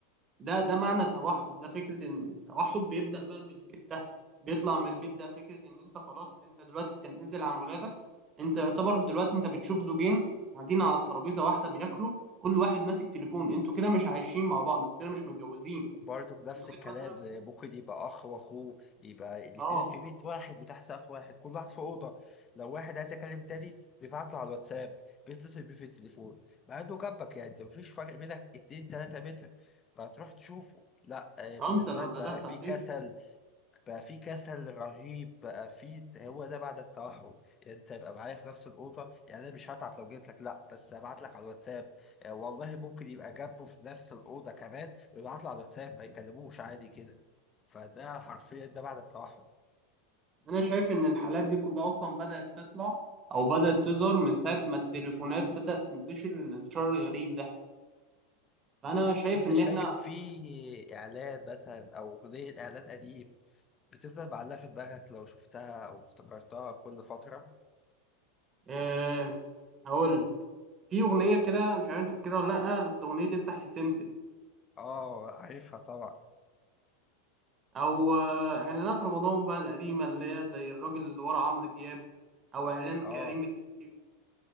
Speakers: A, on the right; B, on the left.
A: ده ده معنى التوحد ده فكرة ان التوحد بيبدأ بقى من البيت ده بيطلع من البيت ده فكرة ان انت خلاص انت دلوقتي بتنعزل عن ولادك انت يعتبر دلوقتي انت بتشوف زوجين قاعدين على ترابيزة واحدة بياكلوا كل واحد ماسك تليفون انتوا كده مش عايشين مع بعض انتوا كده مش متجوزين
B: بارتوك نفس
A: انتوا
B: الكلام
A: كده مثلا
B: ممكن يبقى اخ واخوه يبقى الاثنين
A: اه
B: في بيت واحد وتحت سقف واحد كل واحد في اوضه لو واحد عايز يكلم تاني بيبعت له على الواتساب بيتصل بيه في التليفون مع انه جنبك يعني انت مفيش فرق بينك 2 3 متر فتروح تشوفه لا آه، بالنسبه
A: آه، انت لو
B: لك
A: ندهت
B: بقى في
A: عليه
B: كسل بقى في كسل رهيب بقى في هو ده بعد التوحد يعني انت يبقى معايا في نفس الاوضه يعني انا مش هتعب لو جيت لك لا بس ابعت لك على الواتساب آه، والله ممكن يبقى جنبه في نفس الاوضه كمان ويبعت له على الواتساب ما يكلموش عادي كده فده حرفيا ده بعد التوحد
A: انا شايف ان الحالات دي كلها اصلا بدأت تطلع او بدأت تظهر من ساعة ما التليفونات بدأت تنتشر الانتشار الغريب ده فانا شايف
B: طب انت
A: ان
B: شايف
A: احنا
B: في اعلان مثلا او اغنيه اعلان قديم بتفضل معلقه في دماغك لو شفتها او افتكرتها كل فتره
A: آه هقول لك في أغنية كده مش عارف أنت فاكرها ولا لأ بس أغنية تفتح يا سمسم
B: اه عارفها طبعا
A: أو آه، إعلانات رمضان بقى القديمة اللي هي زي الراجل اللي ورا عمرو دياب أو إعلان
B: اه
A: كريم الشيف